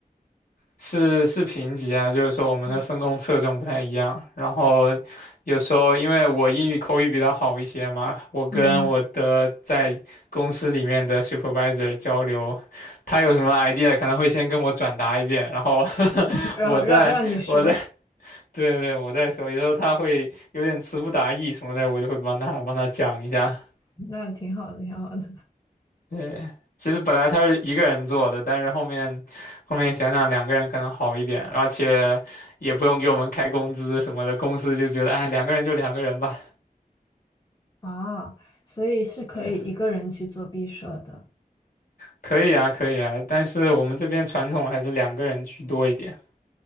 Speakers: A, on the left (about 65°); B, on the left (about 25°).
A: 是是评级啊，就是说我们的分工侧重不太一样。
B: 嗯。
A: 然后有时候因为我英语口语比较好一些嘛，我跟我的在公司里面的
B: 嗯
A: supervisor 交流，他有什么 idea 可能会先跟我转达一遍，然后 <laughs>
B: 然后让让你说，
A: 我再我再 <laughs> 对对我再说，有时候他会有点词不达意什么的，我就会帮他帮他讲一下。
B: 那挺好的，挺好的
A: 对，其实本来他是一个人做的，但是后面后面想想两个人可能好一点，而且也不用给我们开工资什么的，公司就觉得哎两个人就两个人吧，
B: <laughs> 啊，所以是可以一个人去做毕设的。
A: <laughs> 可以啊可以啊，但是我们这边传统还是两个人居多一点。